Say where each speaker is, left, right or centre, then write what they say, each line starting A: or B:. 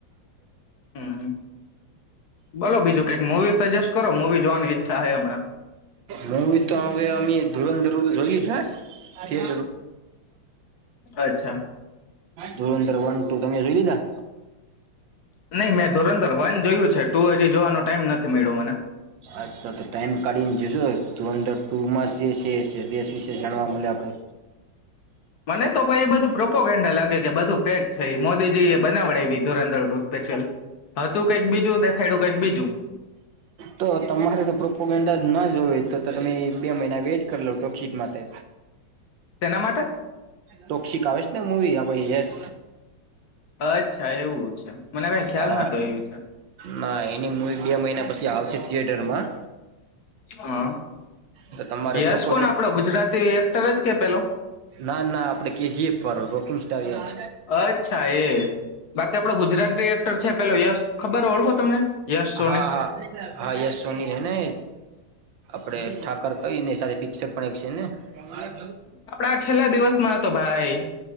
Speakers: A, on the left (about 55°); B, on the right (about 75°).
A: હમ બોલો બીજું કઈક મૂવી સજેસ્ટ કરો મૂવી જોવાની ઈચ્છા છે હમણાં
B: મુવી તો હવે અમે ધુરંધર તો જોઈ લસ ય
A: અચ્છા
B: ધંદર વન ટુ તમે જોઈ લીધા
A: નહી મેં ધુરંધર વન જોયું છે ટુ હજી જોવાનો ટાઈમ નથી મળ્યો મને
B: અચ્છા તો ટાઈમ કાઢીને જસ ધુરંધર ટુ મા જે છે દેશ વિશે જાણવા મળે આપડે
A: મને તો ભાઈ એ બધું પ્રોપોગેન્ડા લાગે કે બધું ફેક છે ઈ મોદીજી એ બનાવડાવી ધુરંધર ટુ સ્પેશિયલ હતું કંઈક બીજું દેખાડ્યું કંઈક બીજું
B: તો તમારે તો પ્રોપોગન્ડા ના જોવે તો તો તમે એક બે મહિના વેટ કરીલો ટોકશિક માટે
A: તેના માટે
B: ટોકશિક આવે છે ને મુવી આપ ભાઈ યસ
A: અચ્છા એવું છે મને કઈ ખ્યાલ
B: હા
A: નતો એ વિશે
B: ના એની મુવી બે મહિના પછી આવશે થિયેટરમાં
A: હા
B: તો તમારે
A: યશ
B: પ્રોપ
A: કોણ આપણો ગુજરાતી એક્ટર જ કે પેલો
B: ના ના આપડે કેજીએફ વાળ રોકિંગ સાર યાદ
A: અચ્છા એ બાકી આપણો ગુજરાતી એક્ટર છે પેલો યશ ખબર ઓળખો તમને યશ સોની
B: હા હા હા યસ સોની છેને આપણે ઠાકર કહી ને સાથે પિક્ચર પણ એક છે ને હા
A: આપણા છેલ્લા દિવસમાં હતો ભાઈ